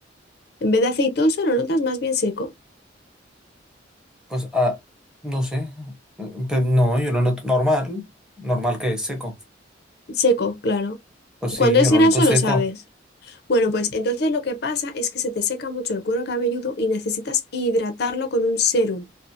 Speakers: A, on the left; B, in the centre.
A: en vez de aceitoso lo notas más bien seco.
B: Pues, ah, no sé. Mm, Pero no, yo lo noto normal. Normal que es seco.
A: Seco, claro.
B: Pues
A: Cuando
B: sí,
A: es
B: yo lo
A: graso
B: noto seco.
A: lo sabes. Bueno, pues entonces lo que pasa es que se te seca mucho el cuero cabelludo y necesitas hidratarlo con un serum.